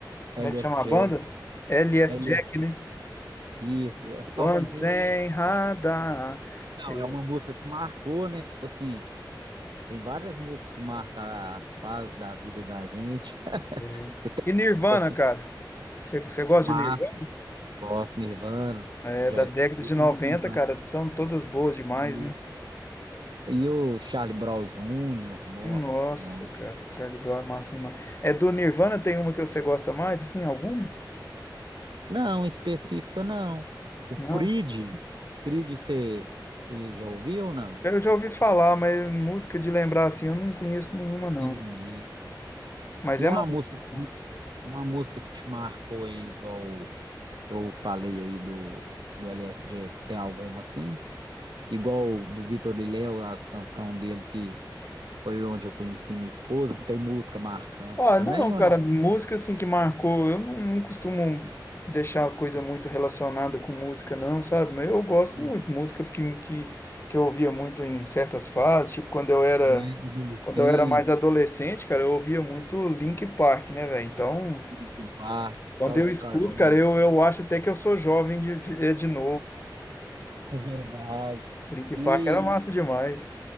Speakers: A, on the right; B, on the left.
A: LS
B: Como é que chama
A: Jack,
B: a banda? LS
A: LS,
B: Jack, né?
A: isso, é só
B: One
A: me
B: Sem
A: rei.
B: Radar.
A: Não,
B: É,
A: é uma música que marcou, né? Tipo assim, Tem várias músicas que marcam as fases da vida da gente. <laughs>
B: é.
A: Você tem
B: E Nirvana,
A: assim,
B: cara. Você você gosta
A: Márcio,
B: de Nirvana?
A: gosto, Nirvana,
B: É
A: já
B: da
A: escutei
B: década de
A: muito
B: 90,
A: Nirvana.
B: cara. São todas boas demais,
A: E
B: né?
A: e o Charlie Brown Jr., nossa
B: Nossa,
A: senhora.
B: cara. Charlie Brown é massa demais. É do Nirvana, tem uma que você gosta mais, assim, alguma?
A: Não, específica não. O
B: Não.
A: Creed, Creed você você já ouviu ou não?
B: Eu já ouvi falar, mas música de lembrar, assim, eu não conheço nenhuma,
A: Entendi.
B: não. Mas
A: E
B: é
A: uma
B: massa.
A: música, que-
B: Massa.
A: uma música que te marcou aí, igual eu falei aí do, do L. S. Jackson, tem alguma assim? Igual do Vitor Liléo, as canções dele que foi onde eu conheci minha esposa, tem música marcante
B: Ah,
A: também
B: não,
A: ou
B: cara,
A: não?
B: música assim que marcou, eu não, não costumo deixar coisa muito relacionada com música, não, sabe? Mas eu gosto
A: Sim,
B: muito, música que, que, que eu ouvia muito em certas fases, tipo quando eu era,
A: É, do Adolescência,
B: quando eu era mais adolescente, cara, eu ouvia muito Linkin Park, né, velho? Então,
A: Linkin Park, Só
B: quando eu
A: Escarnando.
B: escuto, cara, eu, eu acho até que eu sou jovem de, de, é, de novo.
A: É verdade.
B: Linkin
A: E
B: Park era massa demais.